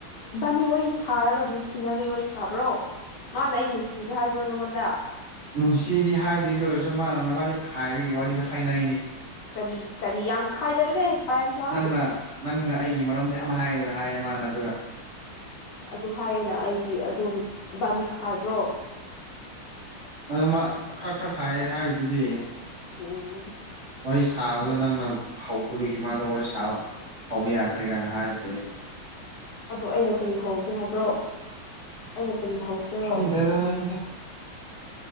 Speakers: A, on the left (about 70°); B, on the right (about 45°).
A: ꯕꯥꯅꯤ ꯋꯥꯔꯤ ꯁꯥꯔꯒ ꯅꯨꯡꯁꯤꯅꯕꯒꯤ ꯋꯥꯔꯤ ꯁꯥꯕ꯭ꯔꯣ ꯃꯥꯅ ꯑꯩ ꯅꯨꯡꯁꯤꯕ ꯍꯥꯏꯕ꯭ꯔꯣ ꯅꯪꯉꯣꯟꯗ
B: ꯅꯨꯡꯁꯤꯗꯤ ꯍꯥꯏꯗꯦꯗ ꯑꯣꯏꯔꯁꯨ ꯃꯥꯅꯅꯕꯗꯤ ꯈꯥꯏꯕꯒꯤ ꯋꯥꯔꯤꯗꯣ ꯍꯥꯏꯅꯩꯅꯤ
A: ꯀꯔꯤ ꯀꯔꯤ ꯌꯥꯝ ꯈꯥꯏꯗꯕꯅꯦ ꯄꯥꯏꯌꯥꯝ ꯁꯥ
B: ꯅꯪꯅ ꯅꯪꯅ ꯑꯩꯒꯤ ꯃꯔꯝꯗ ꯌꯥꯝ ꯍꯥꯏꯌꯦꯅ ꯍꯥꯏꯌꯦ ꯃꯥꯅ ꯑꯗꯨꯒ
A: ꯑꯗꯨ ꯍꯥꯏꯌꯦꯦꯅ ꯑꯩꯗꯤ ꯑꯗꯨꯝ ꯏꯕꯥꯅꯤ ꯈꯥꯏꯕ꯭ꯔꯣ
B: ꯑꯗꯨ ꯈꯔ ꯈꯔ ꯈꯥꯏꯌꯦ ꯍꯥꯏꯔꯤꯗꯨꯗꯤ
A: ꯎꯝ
B: ꯋꯥꯔꯤ ꯁꯥꯕꯗꯣ ꯅꯪꯅ ꯍꯧꯗꯕꯒꯤ ꯃꯥꯗ ꯋꯥꯔꯤ ꯁꯥꯕ ꯍ ꯌꯥꯗ꯭ꯔꯦ ꯀꯥꯏꯅ ꯍꯥꯏꯔꯗꯤ
A: ꯑꯗꯨ ꯑꯩꯅ ꯀꯔꯤ ꯍꯧꯒꯦ ꯍꯥꯏꯕ꯭ꯔꯣ ꯑꯩꯅ ꯀꯔꯤ ꯍꯧꯁꯤꯔꯣ
B: ꯈꯪꯗ꯭ꯔꯦꯗ ꯅꯪꯁꯦ